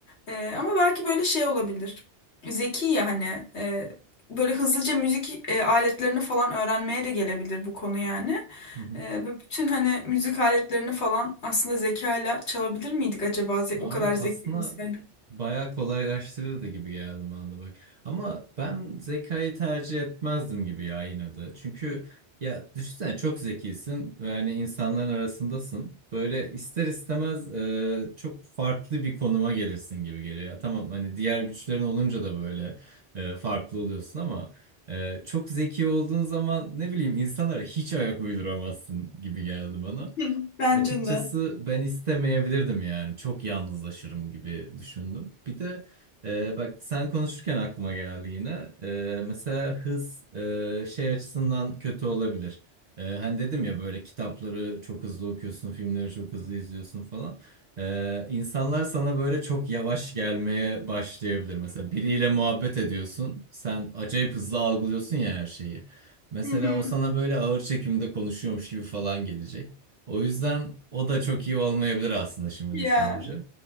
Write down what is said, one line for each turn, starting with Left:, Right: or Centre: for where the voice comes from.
Left: E, ama belki böyle şey olabilir. Zeki ya hani e, böyle hızlıca müzik e, aletlerini falan öğrenmeye de gelebilir bu konu yani.
Right: Hı hı.
Left: E, ve bütün hani müzik aletlerini falan aslında zekayla çalabilir miydik acaba ze-
Right: Abi
Left: o kadar
Right: aslında
Left: zeki olsaydık?
Right: bayağı kolaylaştırırdı gibi geldi bana da bak. Ama ben zekayı tercih etmezdim gibi ya yine de. Çünkü ya düşünsene çok zekisin ve hani insanların arasındasın. Böyle ister istemez e, çok farklı bir konuma gelirsin gibi geliyor. Ya tamam hani diğer güçlerin olunca da böyle e, farklı oluyorsun ama e, çok zeki olduğun zaman ne bileyim insanlara hiç ayak uyduramazsın gibi geldi bana.
Left: Hı, <laughs> Bence
Right: Açıkçası
Left: de.
Right: ben istemeyebilirdim yani. Çok yalnızlaşırım gibi düşündüm. Bir de e, bak sen konuşurken aklıma geldi yine. E, mesela hız e, şey açısından kötü olabilir. E, hani dedim ya böyle kitapları çok hızlı okuyorsun, filmleri çok hızlı izliyorsun falan. E, insanlar sana böyle çok yavaş gelmeye başlayabilir. Mesela biriyle muhabbet ediyorsun. Sen acayip hızlı algılıyorsun ya her şeyi. Mesela
Left: Hı hı.
Right: o sana böyle ağır çekimde konuşuyormuş gibi falan gelecek. O yüzden o da çok iyi olmayabilir aslında şimdi
Left: Ya
Right: düşününce.